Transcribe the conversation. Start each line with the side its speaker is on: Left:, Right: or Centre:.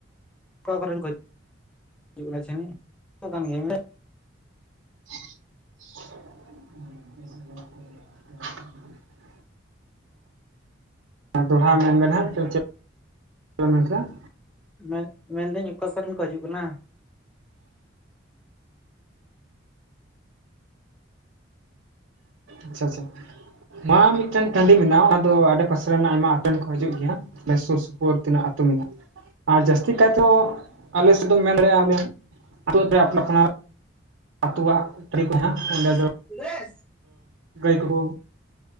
Centre: ᱚᱠᱟ ᱠᱚᱨᱮᱱ ᱦᱤᱡᱩᱜ ᱠᱟᱱᱟ <unintelligible>
Right: <inaudible> ᱦᱮᱸ ᱫᱚᱲᱦᱟ ᱢᱮᱱᱵᱮᱱ ᱦᱟᱜ ᱪᱮᱫ ᱵᱮᱱ ᱢᱮᱱ ᱠᱮᱫᱟ?
Centre: ᱢᱮᱱ ᱢᱮᱱᱫᱟᱹᱧ ᱚᱠᱟ ᱠᱚᱨᱮᱱ ᱠᱚ ᱦᱤᱡᱩᱜ ᱠᱟᱱᱟ?
Right: ᱟᱪᱪᱷᱟ ᱟᱪᱪᱷᱟ ᱢᱟ ᱢᱤᱫᱴᱮᱱ ᱴᱟᱺᱰᱤ ᱢᱮᱱᱟᱜᱼᱟ ᱟᱫᱚ ᱟᱰᱮ ᱯᱟᱥᱮᱱᱟᱜ ᱟᱭᱢᱟ ᱟᱛᱮᱱ ᱠᱚ ᱦᱤᱡᱩᱜ ᱜᱮᱭᱟ ᱾ ᱟᱞᱮ ᱥᱳᱨ ᱥᱳᱯᱳᱨ ᱛᱤᱱᱟᱹᱜ ᱟᱹᱛᱩ ᱢᱮᱱᱟᱜᱼᱟ ᱾ ᱟᱨ ᱡᱟᱹᱥᱛᱤ ᱠᱟᱭ ᱛᱮᱦᱚ ᱟᱞᱮ ᱥᱮᱫ ᱫᱚ ᱢᱮᱱ ᱫᱟᱲᱮᱭᱟᱜᱼᱟ ᱟᱞᱮ ᱟᱛᱳ <unintelligible> ᱟᱛᱣᱟᱜ ᱴᱨᱤ ᱠᱚ ᱦᱮᱱᱟᱸᱜ ᱚᱸᱰᱮ ᱫᱚ
Centre: <unintelligible>
Right: ᱜᱟᱹᱭ ᱠᱚᱠᱚ